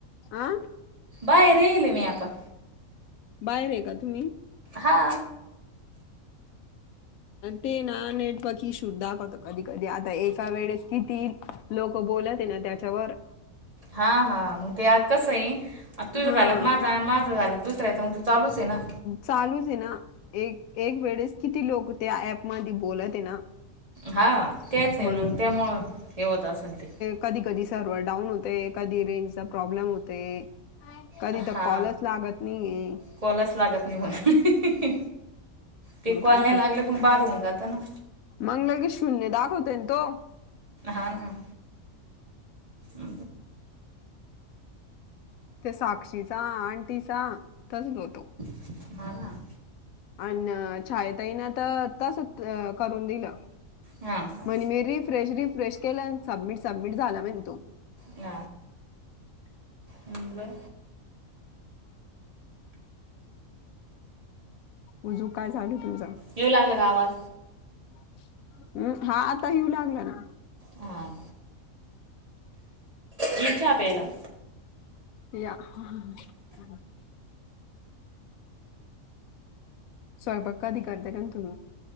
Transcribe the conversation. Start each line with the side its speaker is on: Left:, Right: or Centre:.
Left: आ
Right: बाहेर गेली मी आता.
Left: बाहेर आहे का? तम्ही
Right: हा...
Left: ते ना नेटवकि शुरधाख होत. कधी, कधी, आता एका वेळेस किती लोक बोलत ना. त्याच्यावर
Right: हा... हा... मग ते आ कस आहे. तुझं
Left: हा
Right: झालंला माझा. माझ झाला. दुसऱरायचं मग तू चालूच आहे ना
Left: चालूच आहे ना. एक एक वेळेस किती लोक त्या ऍप मध्ये बोलत आहे ना.
Right: हां.. तेच आहे.
Left: म्हणून
Right: नग त्यामुळं हे होत असेल. ते
Left: कधी, कधी, सर्व्हर डाऊन होते. कधी रेंजचा प्रॉब्लेम होते. कधी,
Right: हा
Left: तर कॉलच लागत नाहीय.
Right: कॉलच लागत नाही. म्हणून, ते
Left: मग
Right: कॉल
Left: काय
Right: नाही लागले पण बाद होऊन जातं ना.
Left: मगला की शून्य दाखवते ना. तो
Right: हा... ना आ.....
Left: ते साक्षीचा आणंटीचा तसल होतो.
Right: ह.... ना
Left: अ.. छाय, ताईना तर तसच करून दिलं.
Right: हा का
Left: म्हणे, मी रिफ्रेश, रिफ्रेश, केला. सबमिट, सबमिट झाला म्हणे तो.
Right: ह मुब <inaudible>
Left: उजू काय झालं. तुमझ
Right: येऊ लागलं का आवाज
Left: हम्म... हा आता येऊ लागला ना.
Right: हां... रे चहा प्यायला.
Left: या.. या... स्वयंपाक कधी करता का तुम्ही